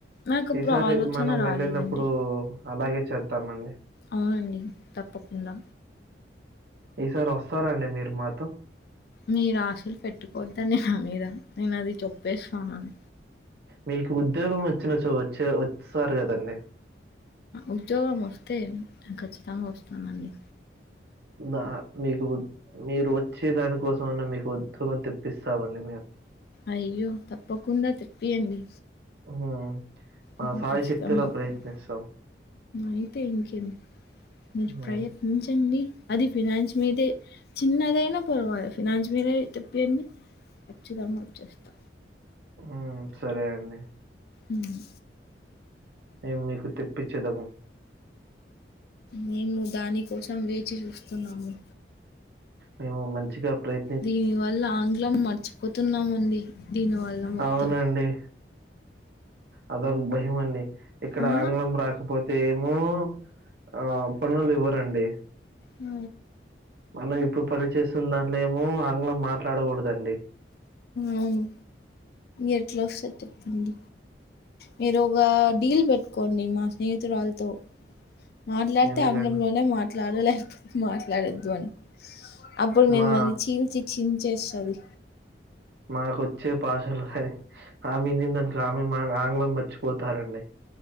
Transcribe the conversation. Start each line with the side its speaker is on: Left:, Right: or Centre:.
Left: నాకప్పుడు
Right: ఈసారి
Left: ఆలోచన
Right: మనం
Left: రాలేదండి.
Right: వెళ్ళినప్పుడు అలాగే చేద్దామండి.
Left: అవునండి తప్పకుండా.
Right: ఈసారి వస్తారండి మీరు మాతో.
Left: మీరు ఆశలు పెట్టుకోవద్దండి నా మీద నేను అది చెప్పేస్తాన్నాను.
Right: మీకు ఉద్యోగం వచ్చినచో వచ్చే వస్తారు కదండి.
Left: ఉద్యోగం వస్తే నేన్ ఖచ్చితంగా వస్తానండి.
Right: అ మీకు మీరు వచ్చే దానికోసంన్న మీకు ఉద్యోగం తెప్పిస్తామండి మేము.
Left: అయ్యో తప్పకుండా తెప్పియ్యండి.
Right: హ్మ్. మా
Left: ఇప్పుడు
Right: శాయశక్తులా
Left: ఖచ్చితంగా అవ్వదు.
Right: ప్రయత్నిస్తాం.
Left: అయితే ఇంకేం మీరు
Right: హ్మ్.
Left: ప్రయత్నించండి అది ఫినాన్స్ మీదే. చిన్నదైనా పర్వాల ఫినాన్స్ మీరే తిప్పియ్యండి ఖచ్చితంగా వచ్చేస్తా.
Right: ఉ సరే అండి.
Left: హ్మ్.
Right: మేం మీకు తిప్పిచెదము.
Left: మేము దాని కోసం వేచి చూస్తున్నాము.
Right: మేము మంచిగా ప్రయ్
Left: దీని వల్ల ఆంగ్లం మర్చిపోతున్నామండి దీనివల్ల మొత్తం.
Right: అవునండి. అదొక భయమండి ఇక్కడ
Left: ఆ!
Right: ఆంగ్లం రాకపోతే ఏమో ఆ పనులు ఇవ్వరండి
Left: ఉ
Right: మనం ఇప్పుడు పనిచేస్తున్న దాంట్లేమో ఆంగ్లం మాట్లాడకూడదండి.
Left: అవును ఏట్లోస్తాది చెప్ హ్ మీరు ఒక డీల్ పెట్టుకోండి మా స్నేహితురాలుతో మాట్లాడితే
Right: ఎందుకని
Left: ఆంగ్లంలోనే మాట్లాడు లేకపోతే మాట్లాడొద్దు అని. అప్పుడు మిమ్మల్ని
Right: మా
Left: చీల్చి చించేస్తరు
Right: మాకొచ్చే పాషలు కది ఆమె ఇనిందనుకో ఆమె మా ఆంగ్లం మర్చిపోతారండి